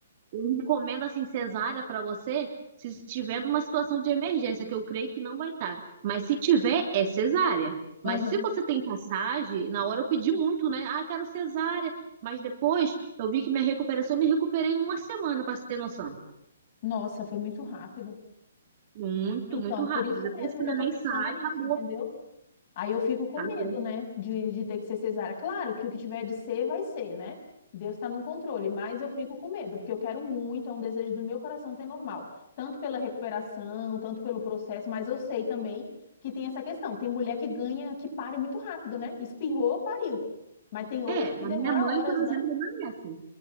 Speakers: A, on the right; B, on the left.
A: Eu recomendo assim cesárea para você se estiver numa situação de emergência, que eu creio que não vai estar. Mas se tiver, é cesárea. Mas
B: Aham.
A: se você tem passagem, na hora eu pedi muito, né? Ah, quero cesárea. Mas depois eu vi que minha recuperação, eu me recuperei em uma semana, para você ter noção.
B: Nossa, foi muito rápido.
A: Muito,
B: Então,
A: muito rápido.
B: por isso
A: Depois
B: mesmo
A: que
B: que
A: o neném
B: eu tô pensando
A: sai,
B: nisso,
A: acabou.
B: entendeu? Aí eu fico com
A: Acabou.
B: medo, né, de, de ter que ser cesárea. Claro que o que tiver de ser, vai ser, né? Deus está no controle, mas eu fico com medo, porque eu quero muito, é um desejo do meu coração ter normal, tanto pela recuperação, tanto pelo processo, mas eu sei também que tem essa questão. Tem mulher que ganha, que pare muito rápido, né? Espirrou, pariu. Mas tem outras
A: É, a
B: que demora
A: minha mãe,
B: horas,
A: por exemplo,
B: né?
A: é uma dessas.